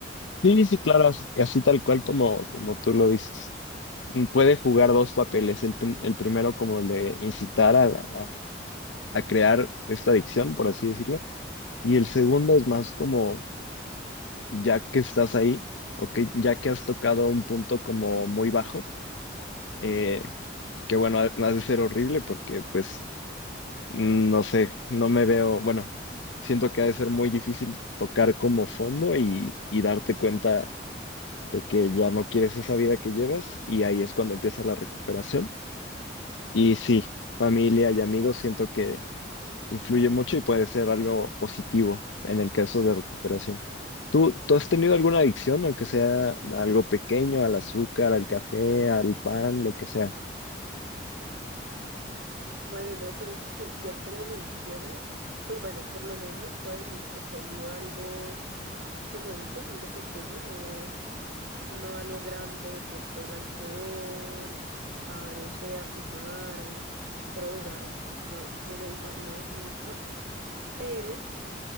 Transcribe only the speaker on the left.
Sí, sí, claro, as- así tal cual como, como tú lo dices. Mm, Puede jugar dos papeles, el, prim- el primero como el de incitar a, a- a crear esta adicción, por así decirlo, y el segundo es más como, ya que estás ahí, o ya que has tocado un punto como muy bajo, eh, que bueno, ha, ha de ser horrible porque pues, mm, no sé, no me veo, bueno, siento que ha de ser muy difícil tocar como fondo y, y darte cuenta de que ya no quieres esa vida que llevas y ahí es cuando empieza la recuperación. Y sí, familia y amigos siento que influye mucho y puede ser algo positivo en el caso de recuperación. ¿Tú, tú has tenido alguna adicción, aunque sea algo pequeño, al azúcar, al café, al pan, lo que sea?